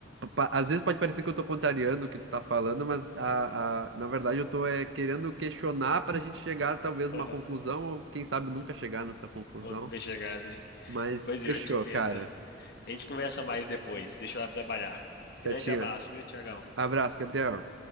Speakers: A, on the right (about 70°); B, on the left (about 55°).
A: pa- às vezes pode parecer que eu tô contrariando o que tu tá falando, mas a, a- na verdade eu tô é, querendo questionar para a gente chegar talvez uma
B: <laughs>
A: conclusão, ou quem sabe nunca chegar nessa conclusão.
B: Ou nunca chegar, né?
A: Mas
B: Pois
A: fechou,
B: é, eu te entendo.
A: cara.
B: A gente conversa mais depois. Deixa eu lá trabalhar.
A: Certinho.
B: Grande abraço, viu, Tiagão?
A: Abraço, Gabriel.